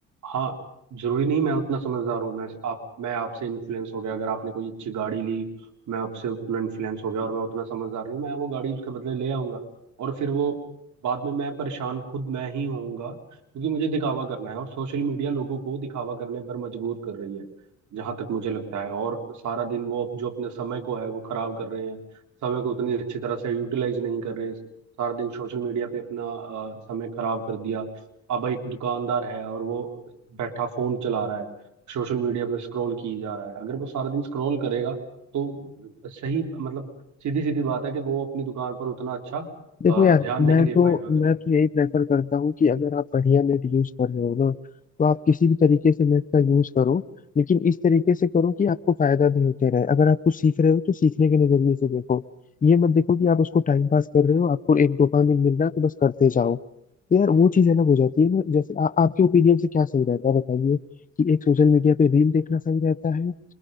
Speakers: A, on the right; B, on the left.
A: हाँ जरूरी नहीं मैं उतना समझदार हूँ मैं आप मैं आपसे इन्फ्लुएंस हो गया अगर आपने कोई अच्छी गाड़ी ली मैं आपसे उतना इन्फ्लुएंस हो गया और मैं उतना समझदार नहीं हूं, मैं वो गाड़ी उसके बदले ले आऊंगा और फिर वो बाद में मैं परेशान खुद मैं ही होऊंगा क्योंकि मुझे दिखावा करना है और सोशल मीडिया लोगों को दिखावा करने पर मजबूर कर रही है जहां तक मुझे लगता है और सारा दिन वो जो अपने समय को है वो खराब कर रहे हैं समय को उतनी अच्छी तरह से यूटिलाइज नहीं कर रहे सारा दिन सोशल मीडिया पे अपना अ, समय खराब कर दिया अब एक दुकानदार है और वो बैठा फोन चला रहा है सोशल मीडिया पे स्क्रॉल की जा रहा है अगर वो सारा दिन स्क्रॉल करेगा तो सही मतलब सीधी सीधी बात है कि वो अपनी दुकान पर उतना अच्छा
B: देखो
A: अ,
B: यार
A: ध्यान नहीं
B: मैं
A: दे
B: तो
A: पाएगा अगर-
B: मैं तो यही प्रेफर करता हूँ कि अगर आप बढ़िया नेट यूज कर रहे हो ना तो आप किसी भी तरीके से नेट का यूज करो लेकिन इस तरीके से करो कि आपको फायदा भी होते रहे अगर आप कुछ सीख रहे हो तो सीखने के नजरिए से देखो ये मत देखो कि आप उसको टाइम पास कर रहे हो आपको एक डोपामिन मिल रहा है तो बस करते जाओ तो यार वो चीज अलग हो जाती है ना जैसे आ, आपके ओपिनियन से क्या सही रहता है बताइए कि एक सोशल मीडिया पे रील देखना सही रहता है